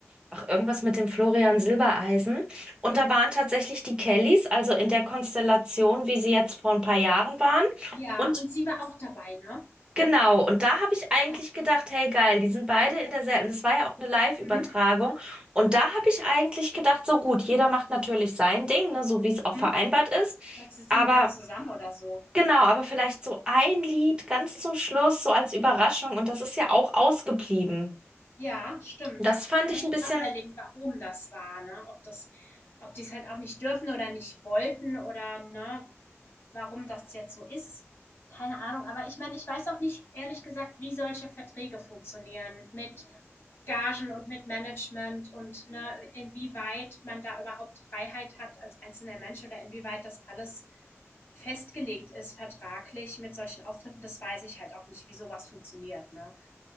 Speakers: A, on the right; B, on the left.
A: Ach, irgendwas mit dem Florian Silbereisen. Und da waren tatsächlich die Kellys, also in der Konstellation, wie sie jetzt vor ein paar Jahren waren.
B: Ja,
A: Und
B: und sie war auch dabei, ne?
A: genau, und da habe ich eigentlich
B: Ja.
A: gedacht, hey geil, die sind beide in derselben. Das war ja auch eine Live-Übertragung.
B: Mhm.
A: Und da habe ich eigentlich gedacht, so gut, jeder macht natürlich sein Ding, ne, so wie es
B: Mhm.
A: auch vereinbart ist.
B: Aber sie singen
A: Aber
B: mal zusammen oder so.
A: genau, aber vielleicht so ein Lied ganz zum Schluss, so als Überraschung. Und das ist ja auch ausgeblieben.
B: Ja, stimmt.
A: Und Das fand
B: Kann
A: ich
B: man jetzt
A: ein bisschen
B: auch überlegen, warum das war, ne? Ob das, ob die es halt auch nicht dürfen oder nicht wollten oder ne, warum das jetzt so ist. Keine Ahnung. Aber ich meine, ich weiß auch nicht, ehrlich gesagt, wie solche Verträge funktionieren mit Gagen und mit Management und ne, inwieweit man da überhaupt Freiheit hat als einzelner Mensch oder inwieweit das alles festgelegt ist vertraglich mit solchen Auftritten. Das weiß ich halt auch nicht, wie sowas funktioniert, ne?